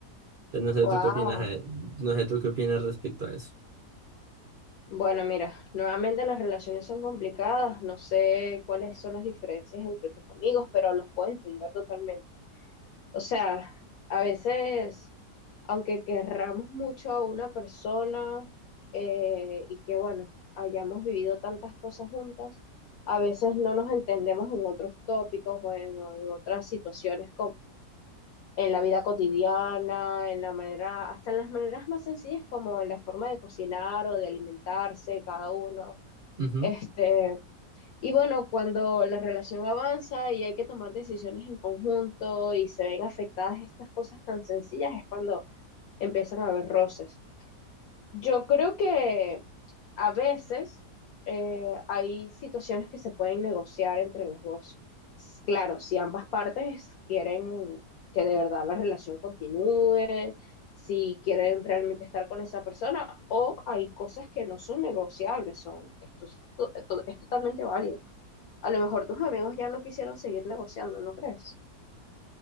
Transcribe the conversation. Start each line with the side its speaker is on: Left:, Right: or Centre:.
Right: Entonces, no
Left: Wow,
Right: sé tú qué opinas, eh, no sé tú qué opinas respecto a eso.
Left: Bueno, mira, nuevamente las relaciones son complicadas, no sé cuáles son las diferencias entre tus amigos, pero los puedo entender totalmente. O sea, a veces, aunque querramos mucho a una persona eh, y que, bueno, hayamos vivido tantas cosas juntas, a veces no nos entendemos en otros tópicos o en, o en otras situaciones en la vida cotidiana, en la manera, hasta en las maneras más sencillas como en la forma de cocinar o de alimentarse cada uno.
Right: Ujú.
Left: Este, y bueno, cuando la relación avanza y hay que tomar decisiones en conjunto y se ven afectadas estas cosas tan sencillas, es cuando empiezan a haber roces. Yo creo que a veces eh, hay situaciones que se pueden negociar entre los dos. S- Claro, si ambas partes quieren que de verdad la relación continúe, si quieren realmente estar con esa persona, o hay cosas que no son negociables, son, esto es, to- to- es totalmente válido. A lo mejor tus amigos ya no quisieron seguir negociando, ¿no crees?